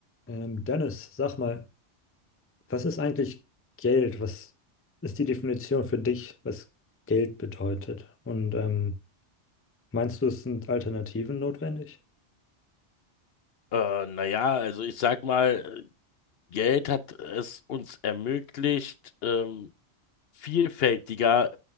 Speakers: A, on the left (about 20°); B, on the left (about 65°).
A: Ähm, Dennis, sag mal, was ist eigentlich Geld? Was ist die Definition für dich, was Geld bedeutet? Und ähm, meinst du, es sind Alternativen notwendig?
B: Äh, naja, also ich sag mal, Geld hat es uns ermöglicht, ähm, vielfältiger,